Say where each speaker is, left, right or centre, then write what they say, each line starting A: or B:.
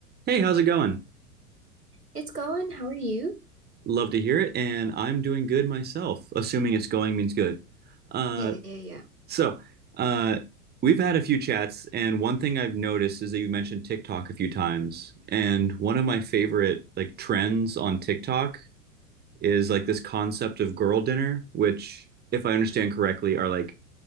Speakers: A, on the right; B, on the right.
A: Hey, how's it going?
B: It's going. How are you?
A: Love to hear it, and I'm doing good myself, assuming it's going means good. Uh,
B: Yeah, yeah, yeah.
A: so, uh, we've had a few chats, and one thing I've noticed is that you mentioned TikTok a few times, and one of my favorite like trends on TikTok is like this concept of girl dinner, which, if I understand correctly, are like